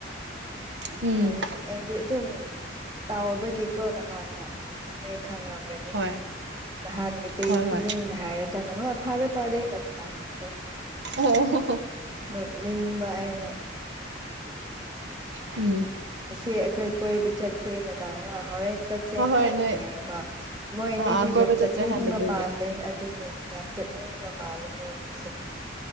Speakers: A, on the right (about 75°); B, on the right (about 20°).
A: ꯎꯝ
B: ꯍꯥꯏꯕꯗꯤ ꯑꯩꯗꯤ ꯑꯗꯨꯝ ꯇꯥꯎꯕꯒꯤꯀꯣ ꯅꯍꯥꯟꯅ ꯅꯣꯏ ꯈꯪꯔꯝ ꯒꯅꯤ
A: ꯍꯣꯏ
B: ꯅꯍꯥꯟꯒꯤ ꯇꯦꯁꯇꯨꯅꯦꯅ
A: ꯍꯣꯏ ꯍꯣꯏ
B: ꯍꯥꯏꯔꯀꯥꯟꯗ ꯐꯥꯔꯦ ꯐꯥꯔꯦ ꯅ ꯊꯥꯝꯈ꯭ꯔꯦ
A: ꯑꯣ
B: ꯅꯣꯛ ꯅꯤꯡꯕ ꯑꯩꯅ
A: ꯎꯝ
B: ꯑꯁꯤ ꯑꯩꯈꯣꯏ ꯀꯣꯏꯕ ꯆꯠꯁꯦꯅ ꯇꯧꯔꯒ ꯍꯣꯔꯦꯟ ꯆꯠ ꯁꯦꯅ
A: ꯍꯣꯏ ꯍꯣꯏ
B: ꯑꯩꯅ
A: ꯅꯣꯏ
B: ꯍꯥꯏꯔꯝꯕ ꯃꯣꯏ ꯑꯅꯤꯗꯤ
A: ꯑꯥ ꯑꯥ ꯀꯣꯏꯕ
B: ꯌꯥꯝ
A: ꯆꯠꯁꯦ
B: ꯆꯠꯅꯤꯡꯕ
A: ꯍꯥꯏꯕꯗꯨꯒꯤ
B: ꯃꯥꯜꯂꯦ ꯑꯗꯨꯅꯦ ꯌꯥꯝ ꯆꯠꯅꯤꯡꯕ ꯃꯥꯜꯂꯦ ꯃꯣꯏ ꯑꯅꯤꯁꯦ